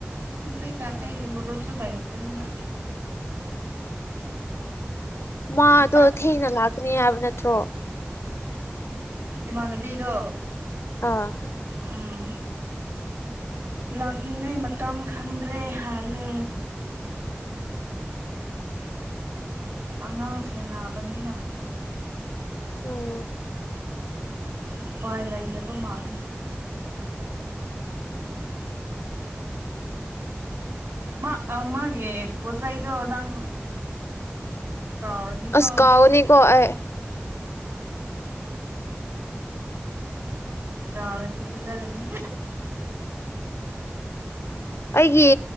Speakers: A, on the right (about 85°); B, on the left (about 80°).
A: ꯍꯧꯖꯤꯛꯀꯥꯟ ꯑꯩꯒꯤ ꯃꯔꯨꯞꯁꯨ ꯂꯩꯗꯕꯅꯤꯅ
B: ꯃꯥꯗꯣ
A: ꯄꯥꯛ
B: ꯊꯦꯡꯅ ꯂꯥꯛꯀꯅꯤ ꯍꯥꯏꯕ ꯅꯠꯇ꯭ꯔꯣ
A: ꯏꯃꯥꯟꯅꯕꯤꯗꯣ
B: ꯑꯥ
A: ꯎꯝ ꯂꯥꯛꯅꯤꯡꯉꯥꯏ ꯃꯇꯝ ꯈꯪꯗ꯭ꯔꯦ ꯍꯥꯏꯌꯦ ꯑꯉꯥꯡ ꯁꯦꯟꯅꯕꯅꯤꯅ
B: ꯎꯝ
A: ꯎꯄꯥꯏ ꯂꯩꯇꯕ ꯃꯥꯂꯦ ꯃꯥ ꯑꯥ ꯃꯥꯒꯤ ꯄꯣꯠꯆꯩꯗꯣ ꯅꯪ ꯀꯥꯎꯔꯅꯤꯀꯣ
B: ꯑꯁ ꯀꯥꯎꯒꯅꯤꯀꯣ ꯑꯩ
A: ꯀꯥꯎꯔꯗꯤ ꯐꯖꯔꯅꯤ
B: ꯑꯩꯒꯤ